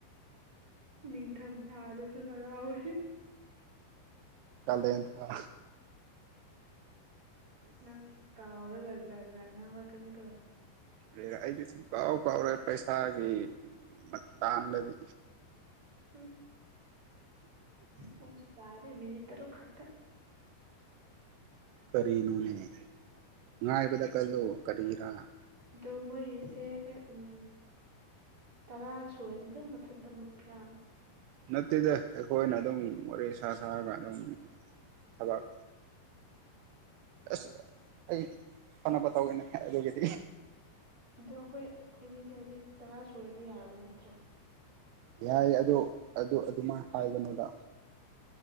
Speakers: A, on the right (about 20°); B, on the right (about 85°).
A: ꯅꯤꯡ ꯊꯝ ꯊꯥꯗꯁ ꯍꯥꯔꯥꯎ ꯌ‌ꯦ
B: ꯇꯗꯦꯟ ꯊ
A: ꯅꯪ ꯀꯥꯎꯔꯒ ꯖꯠꯖ ꯉꯥꯡ ꯂꯥꯛꯀꯅꯤꯀꯣ
B: ꯑꯗꯨ ꯑꯩꯗꯤ ꯁꯨꯡ ꯀꯥꯎ ꯀꯥꯎꯔꫭꯏ ꯄꯩꯁꯥꯒꯤ ꯃꯇꯥꯡꯗꯗꯤ
A: ꯎꯝ ꯄꯨꯁꯨ ꯇꯥꯔꯦ ꯃꯤꯅꯤꯠ ꯇꯔꯦꯠ ꯈꯛꯇ
B: ꯀꯔꯤꯅꯨꯅꯦ ꯉꯥꯏꯕꯗ ꯀꯜꯂꯣ ꯀꯔꯤꯔ
A: ꯑꯗꯣ ꯃꯣꯏꯒꯤꯁꯦ ꯎꯝ ꯇꯔꯥ ꯁꯨꯔꯗꯤ ꯑꯗꯨꯝ ꯃꯊꯟꯇ ꯃꯨꯠꯄ꯭ꯔꯥ
B: ꯅꯠꯇꯦꯗ ꯑꯩꯈꯣꯏꯅ ꯑꯗꯨꯝ ꯋꯥꯔꯤ ꯁꯥ ꯁꯥꯔꯒ ꯑꯗꯨꯝ ꯊꯕꯛ ꯑꯁ ꯑꯩ ꯐꯅꯕ ꯇꯧꯒꯦꯅꯦ ꯑꯗꯨꯒꯤꯗꯤ
A: ꯑꯗꯣ ꯑꯩꯈꯣꯏ ꯈꯣꯏꯅꯤꯗꯤ ꯍꯧꯖꯤꯛ ꯇꯔꯥ ꯁꯨꯔꯗꯤ ꯌꯥꯔꯕ ꯅꯠꯇ꯭ꯔꯣ
B: ꯌꯥꯏ ꯑꯗꯨ ꯑꯗꯨ ꯑꯗꯨꯃꯥꯏꯅ ꯍꯥꯏꯒꯅꯣꯗ